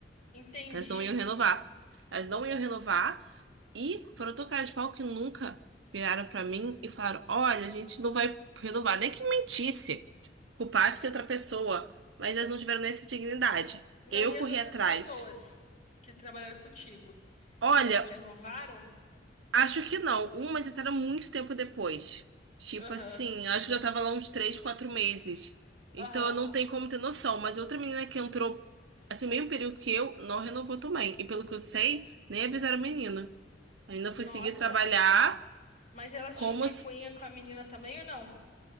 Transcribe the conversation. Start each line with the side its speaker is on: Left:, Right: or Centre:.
Left: entendi.
Right: que elas não iam renovar. Elas não iam renovar e foram tão cara de pau que nunca viraram pra mim e falaram: Olha, a gente não vai renovar. Nem que mentisse, culpasse outra pessoa, mas elas não tiveram nem essa dignidade.
Left: Não,
Right: Eu
Left: e
Right: corri
Left: as outras
Right: atrás.
Left: pessoas que trabalharam contigo?
Right: Olha,
Left: Elas renovaram?
Right: acho que não. Umas entraram muito tempo depois. Tipo
Left: Aham,
Right: assim, acho que já tava lá uns três, quatro meses. Então
Left: aham.
Right: eu não tenho como ter noção. Mas outra menina que entrou, assim, meio período que eu, não renovou também. E pelo que eu sei, nem avisaram a menina. Ainda fui
Left: Nossa.
Right: seguir trabalhar
Left: Mas elas
Right: como.
Left: tinham picuinha
Right: se-
Left: com a menina também ou não?